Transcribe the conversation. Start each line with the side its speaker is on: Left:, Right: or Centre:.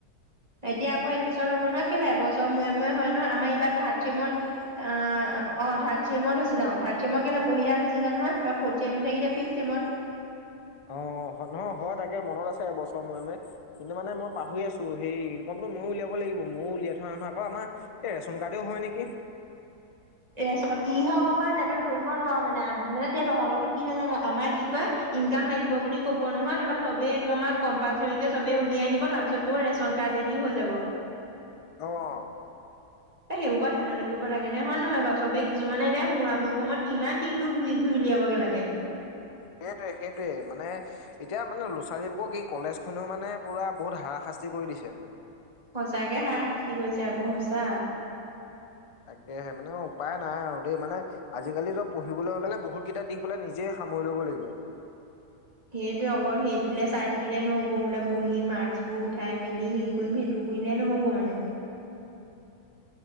Right: এতিয়া আকৌ এডমিশ্যন হব নহয় কেলে এবছৰ মুয়ে মুয়ে হয় নহয় আমাৰ ইবাৰ থাৰ্ডছেমত অহ অ থাৰ্ড চেমত হৈছিলে, অ থাৰ্ড চেমৰ কেলে পহিলাত হৈছিলে নহয় ফৰ্ডছেমটো থাকিলে ফিফথ্ চেমত
Left: অ অ নহ হয় তাকে মনত আছে, এবছৰ মূয়ে মূয়ে কিন্তু মানে মই পাহৰি আছো, সেই ইনকমতটো ময়ো উলিয়াব লাগ লাগিব ময়ো উলিয়াই থোৱা নাই আকৌ আমাৰ এই ৰেচন কাৰ্ডেও হয় নেকি?
Right: এ আছ কি হৈ গম পাওঁ তই ধৰিব নোৱা মানে, মানে তেতিয়া তহঁতৰো কি নাজানো আমাৰ কি কয় ইনকাম লাগিব বুলি ক'ব নহয়, তাপা চবেই একদম আৰু কম্পালচৰিকে চবে উলিয়াই নিব তাৰপিছত ক'ব ৰেচন কাৰ্ড ৰেডি হৈ যাব
Left: অ
Right: এ সেইবোৰ বা ধেমালি কৰিব লাগেনে হৈ নে নহয় বাৰু চবে কিছুমানে এতিয়া মূৰামূৰি সমত কিমান দিনত ঘূৰি ঘূৰি উলিয়াই চাবগে লাগে
Left: সেইটোৱে সেইটোৱে মানে এতিয়া মানে ল'ৰা ছোৱালীবোৰক ই কলেজ খনেও মানে পুৰা বহুত হাৰশা স্তি কৰি দিছে।
Right: সঁচাকে হাৰা শাস্তি কৰিছে আকৌ সঁচা।
Left: তাকেহে মানে উপায় নাই আৰু দেই মানে আজিকালি চব পঢ়িবলৈ হ'লে বহুত কিতাপ দি পেলাই নিজে সামৰি ল'ব লাগিব।
Right: সেইটোৱে অকল সেইটোলে চাই থাকিলে নহব বোলে পঢ়ি মাক্স বোৰ উঠাই মেলি হেই কৰিম সেইটো বুইলে নহব মানে।
Left: <inaudible>